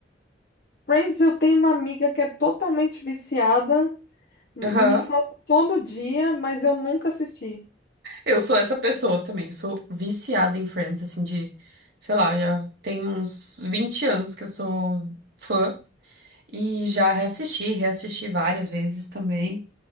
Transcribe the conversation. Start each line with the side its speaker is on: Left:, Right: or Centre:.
Left: Friends, eu tenho uma amiga que é totalmente viciada. Me
Right: Aham.
Left: falam todo dia, mas eu nunca assisti.
Right: Eu sou essa pessoa também, sou viciada em Friends, assim, de, sei lá, já tem uns 20 anos que eu sou fã e já reassisti, reassisti várias vezes também.